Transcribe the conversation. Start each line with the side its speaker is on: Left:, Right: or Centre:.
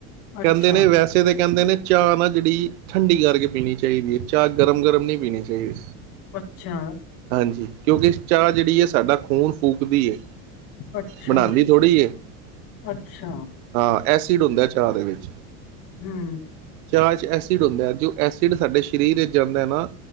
Right: ਕਹਿੰਦੇ
Left: ਅੱਛਾ
Right: ਨੇ ਵੈਸੇ ਤਾਂ ਕਹਿੰਦੇ ਨੇ ਚਾਹ ਨਾ ਜਿਹੜੀ ਠੰਡੀ ਕਰਕੇ ਪੀਣੀ ਚਾਹੀਦੀ ਹੈ ਚਾਹ ਗਰਮ ਗਰਮ ਨਹੀਂ ਪੀਣੀ ਚਾਹੀਦੀ
Left: ਅੱਛਾ
Right: ਹਾਂਜੀ ਕਿਉਂਕਿ ਚਾਹ ਜਿਹੜੀ ਹੈ ਸਾਡਾ ਖੂਨ ਫੂਕਦੀ ਹੈ
Left: ਅੱਛਾ
Right: ਬਣਾਉਂਦੀ ਥੋੜ੍ਹੀ ਹੈ
Left: ਅੱਛਾ
Right: ਹਾਂ ਐਸਿਡ ਹੁੰਦਾ ਚਾਹ ਦੇ ਵਿੱਚ
Left: ਹੂੰ
Right: ਚਾਜ ਐ ਹੁੰ ਜੋ ਐਸਿਡ ਸਾਡੇ ਸਰੀਰ ਵਿੱਚ ਜਾਂਦਾ ਨਾ